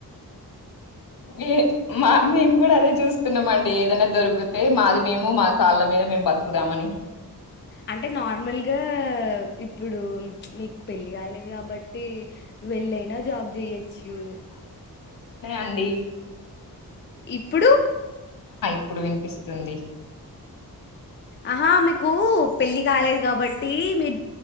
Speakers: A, on the left (about 65°); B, on the left (about 30°).
A: ఏ మా మేము కూడా అదే చూస్తున్నామండి ఏదైనా దొరికితే మాది మేము మా కాళ్ళ మీద మేము బతుకుదామని
B: అంటే నార్మల్గా ఇప్పుడు మీకు పెళ్ళి కాలేదు కాబట్టి వెళ్ళైనా జాబ్ చేయొచ్చు
A: అండి
B: ఇప్పుడు
A: ఇప్పుడు వినిపిస్తుంది
B: ఆహా మీకు పెళ్ళి కాలేదు కాబట్టి మీరు